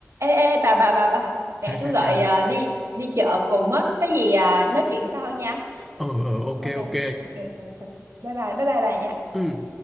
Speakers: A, on the right; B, in the centre.
A: ê ê bà bà bà bà
B: Sao
A: mẹ
B: sao
A: tôi gọi
B: sao?
A: ờ, đi đi chợ cùng á cái gì à, nói chuyện sau nha
B: Ờ ờ ok
A: ok
B: ok.
A: ok ok ok bye bye bye bye bà nha
B: Ừ.